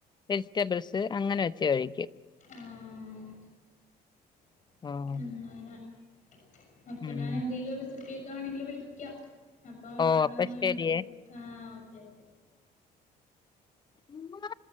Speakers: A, on the left (about 25°); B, on the left (about 50°).
A: വെജിറ്റബിൾസ് അങ്ങനെ വെച്ച് കഴിക്കും <inaudible>
B: ആഹ് <unintelligible>
A: ആഹ്
B: അപ്പൊ
A: ഉം
B: ഞാൻ എന്തേലും റെസിപ്പി <unintelligible> വിളിക്കാം അപ്പൊ
A: ഓ
B: പറഞ്ഞു
A: അപ്പൊ
B: തന്നാമതി
A: ശരിയേ
B: ആ ഓക്കേ ഓക്കേ
A: ഉമ്മാ